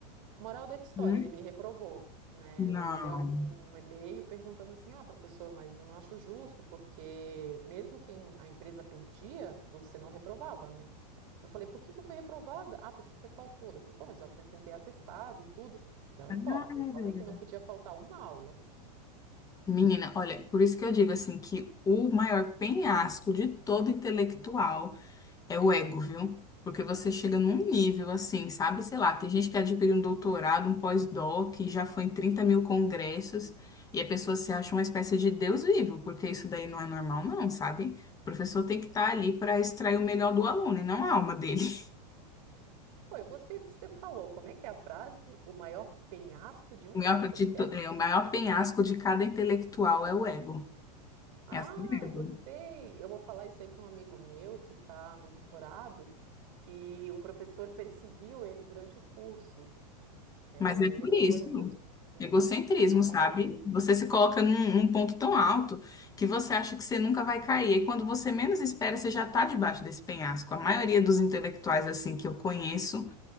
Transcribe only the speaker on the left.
Hum?
Não.
Cara.
Menina, olha, por isso que eu digo assim que o maior penhasco de todo intelectual É o ego, viu? Porque você chega num nível assim, sabe? Sei lá, tem gente que adquiriu um doutorado, um pós-doc, e já foi em trinta mil congressos, e a pessoa se acha uma espécie de Deus vivo, porque isso daí não é normal, não, sabe? O professor tem que estar ali para extrair o melhor do aluno e não a alma dele. <laughs>
O maior,
de
to-
é, o maior penhasco de cada intelectual é o ego.
É assim mesmo.
Mas é por
isso,
egocentrismo,
sabe? Você se coloca num, num ponto tão alto que você acha que você nunca vai cair. E quando você menos espera, você já está debaixo desse penhasco. A maioria dos intelectuais, assim, que eu conheço,